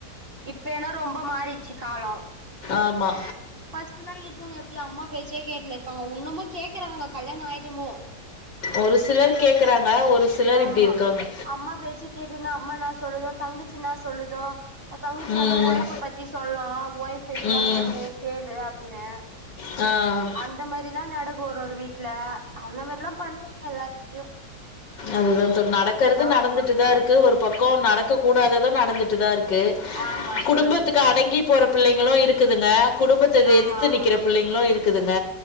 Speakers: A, on the right; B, on the left.
A: இப்ப ஏனோ ரொம்ப மாரிச்சி காலோ
B: ஆமா
A: ஃபர்ஸ்ட்லா இப்போ இவுங்க எப்டி அம்மா பேச்சையே கேட்டுனு இருப்பாங்கோ உன்னமு கேக்குறாங்க கல்யாணோ ஆயிட்டுமு
B: ஒரு சிலர் கேக்குறாங்க ஒரு சிலர்
A: ஆமா
B: இப்படி இருக்காங்க
A: அம்மா பேச்சி கேட்டுனு அம்மானா சொல்லுதோ தங்கச்சினா சொல்லுதோ அது தங்கச்சி
B: ம்
A: வந்து ஒய்ஃப் பத்தி சொல்லு ஒய்ஃப் இப்டிலா
B: ம்
A: பண்ணு கேளு அப்டின்னு
B: ஆ
A: அந்த மாரிலா நடக்கு ஒரு ஒரு வீட்டுல அந்த மாரிலா பண்ணுவாங்க எல்லார் வீட்லயு
B: அதுதா தோழி நடக்கறது
A: ஆமா
B: நடந்துட்டுதான இருக்கு ஒரு பக்கோ நடக்க கூடாதது நடந்துட்டுதா இருக்கு இருக்கு
A: ஆமா
B: குடும்பத்துக்கு
A: தோழி
B: அடங்கி போற பிள்ளைங்களு இருக்குதுங்க குடும்பத்த
A: ஆமா
B: எதிர்த்து
A: ஆமா
B: நிக்கிற பிள்ளைங்களு இருக்குதுங்க